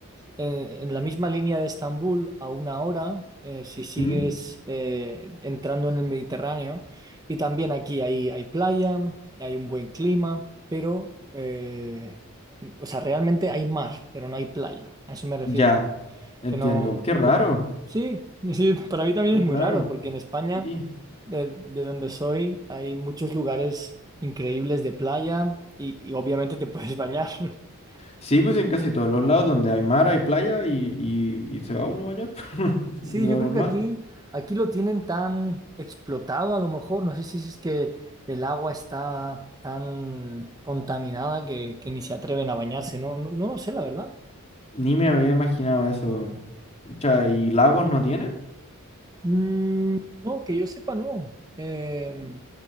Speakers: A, on the right; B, on the left.
A: eh, en la misma línea de Estambul a una hora, eh, si sigues
B: Mm,
A: eh, entrando en el Mediterráneo. Y también aquí hay, hay playa, hay un buen clima, pero, eh, o sea, realmente hay mar, pero no hay playa. A eso me refiero.
B: Ya, entiendo.
A: Que no.
B: Qué
A: no
B: raro,
A: te- Sí, sí, para mí también
B: eh,
A: es muy
B: raro.
A: raro, porque en España,
B: Sí.
A: de, de donde soy, hay muchos lugares increíbles de playa y, y obviamente te puedes bañar. <laughs>
B: Sí, pues en casi todos los lados donde hay mar, hay playa y, y- y se va uno a bañar, <laughs>
A: Sí,
B: lo
A: yo creo
B: normal.
A: que aquí, aquí lo tienen tan explotado a lo mejor. No sé si es que el agua está tan contaminada que, que ni se atreven a bañarse. No, no, no lo sé, la verdad.
B: Ni me había imaginado eso. Cha, ¿y lagos no tienen?
A: Mm, no, que yo sepa, no. Eh,